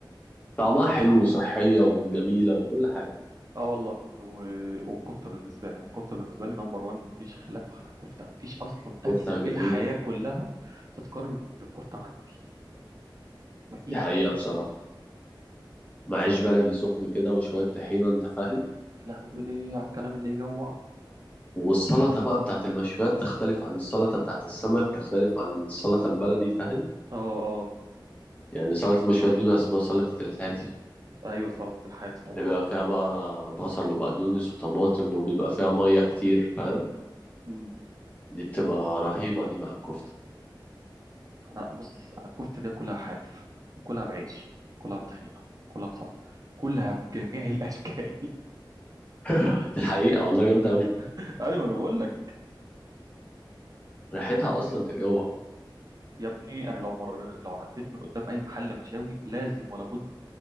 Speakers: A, on the left; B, on the right.
A: طعمها حلو وصحيه وجميله وكل حاجه
B: اه والله و- والكفته بالنسبه لي انا الكفته بالنسبه لي نمبر 1 مفيش خلاف على الكفته مفيش اصلا اكله
A: كفتها
B: في
A: جميله
B: الحياه كلها تتقارن بالكفته عندي مفيش
A: دي حقيقه
B: مفيش
A: بصراحه
B: مفيش
A: مع عيش بلدي سخن كده وشوية طحينة انت فاهم
B: يا لهوي على الكلام اللي يجوع
A: والسلطة بقى بتاعت المشويات تختلف عن السلطة بتاعت السمك تختلف عن السلطة البلدي فاهم
B: اه اه
A: يعني سلطة المشويات دي بقى اسمها سلطة الحاتي
B: ايوه سلطه الحياه طبعا
A: اللي بيبقى فيها بقى بصل وبقدونس وطماطم وبيبقى فيها مية كتير فاهم
B: مم. مم.
A: دي بتبقى رهيبة دي مع الكفتة
B: انا بص انا الكفته دي كلها حاف كلها بعيش كلها بطحينه كلها بسلطه كلها بجميع الاشكال
A: <laughs> دي حقيقة والله جامدة أوي
B: <laughs> ايوه انا بقول لك
A: ريحتها أصلا تجوع
B: يا ابني انا لو مر لو عديت من قدام اي محل مشاوي لازم ولا بد